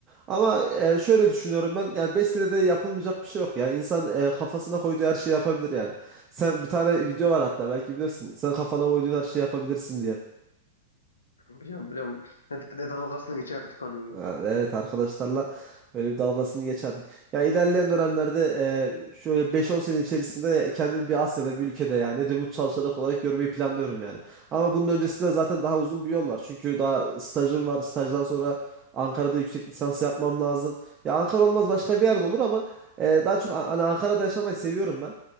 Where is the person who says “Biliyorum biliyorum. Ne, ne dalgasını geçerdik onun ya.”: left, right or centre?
Left